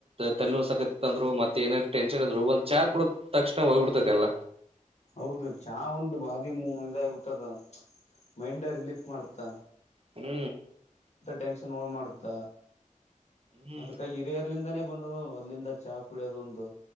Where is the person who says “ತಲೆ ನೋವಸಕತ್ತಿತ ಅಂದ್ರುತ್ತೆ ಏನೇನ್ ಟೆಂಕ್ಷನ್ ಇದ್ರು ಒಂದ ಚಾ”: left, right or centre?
Right